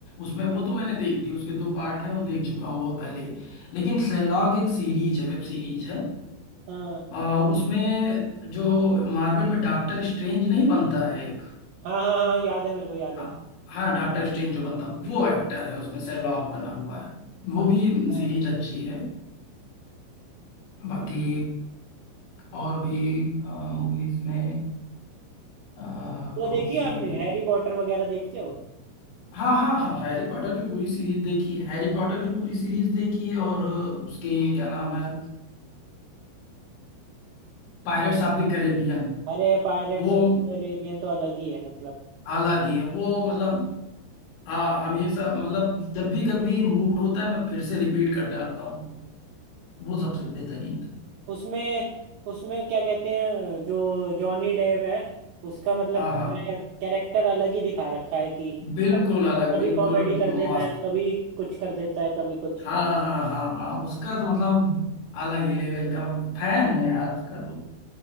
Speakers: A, on the left (about 80°); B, on the right (about 80°).
A: उसमें वो तो मैंने देख दी उसके दो पार्ट है वो देख चुका हूँ बहुत पहले ही। लेकिन शेरलॉक एक सीरीज है वेब सीरीज है
B: हाँ
A: आ, उसमें जो मार्वल में डॉक्टर स्ट्रेंज नहीं बनता है एक
B: हाँ हाँ हाँ याद है मेरे को याद
A: हाँ
B: है
A: हाँ डॉक्टर स्ट्रेंज जो बनता वो एक्टर है उसमें शेरलॉक बना हुआ है वो
B: अच्छा
A: भी सीरीज अच्छी है बाकी और भी मूवीज में अ,
B: वो
A: कौन
B: देखी है
A: सी
B: आपने
A: देख
B: हैरी पॉटर वगैरह देखते हो
A: हाँ हाँ हाँ हैरी पॉटर की पूरी सीरीज देखी है हैरी पॉटर की पूरी सीरीज देखी है और अ, उसके क्या नाम है पायरेट्स ऑफ द कैरेबियन
B: अरे पायरेट्स
A: वो
B: ऑफ कैरेबियन तो अलग ही है मतलब
A: अलग ही है वो मतलब हाँ हमेशा मतलब जब भी कभी मूड होता है मैं फिर से रिपीट कर जाता हूँ उनको वो सबसे बेहतरीन थी
B: उसमें उसमें क्या कहते हैं जो जॉनी डेव है उसका मतलब
A: हाँ हाँ
B: कैरेक्टर अलग ही दिखा रखा है कि
A: बिल्कुल अलग
B: कभी
A: बिल्कुल
B: कॉमेडी कर देता
A: मस्त
B: है कभी कुछ कर देता है कभी कुछ
A: हाँ हाँ हाँ हाँ उसका तो मतलब अलग ही लेवल का फैन हूँ यार उसका तो